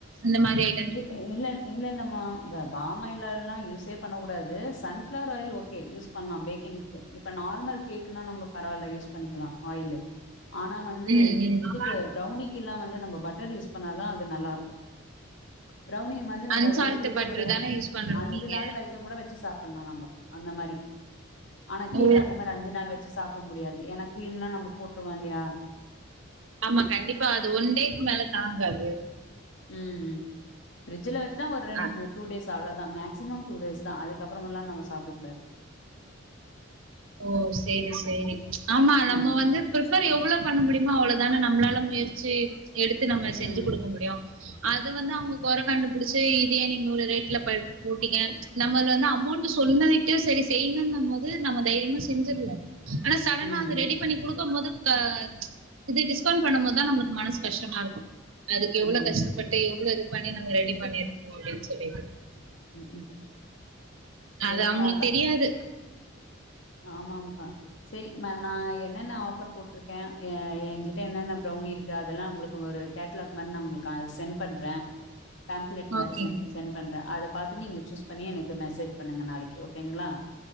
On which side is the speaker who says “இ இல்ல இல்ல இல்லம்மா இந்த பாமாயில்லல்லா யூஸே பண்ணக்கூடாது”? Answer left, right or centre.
Left